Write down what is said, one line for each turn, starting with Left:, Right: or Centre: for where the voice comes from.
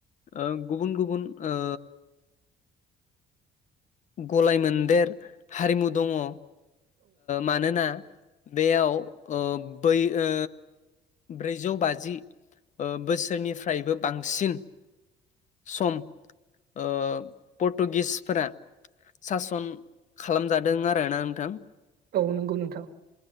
Left: ओ गुबुन गुबुन ओ। गलाय मोनदेर हारिमु दङ ओ मानोना बेयाव अ बै ओ। ब्रैजौ बाजि ओ बोसोरनिफ्रायबो बांसिन सम ओ पर्टुगिसफोरा सासन खालामजादों आरोना नोंथां।
Right: औ नंगौ नोंथां।